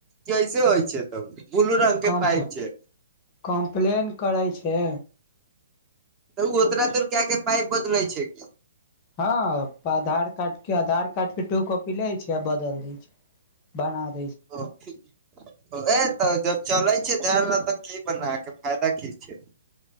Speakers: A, on the right; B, on the left.
A: कैसे होइ छै तब ब्लू रंग
B: कम
A: के पाइप छै
B: कम्प्लेन करै छै
A: तऽ ओ ओतरा दूर के आके पाइप बदलै छै
B: हँ पाधार कार्ड के आधार कार्ड के टू कॉपी लै छै आ बदल दै छै बनाब
A: अब ठीक ए तऽ जब चलै छै धैल न तऽ की बनाके फायदा की छै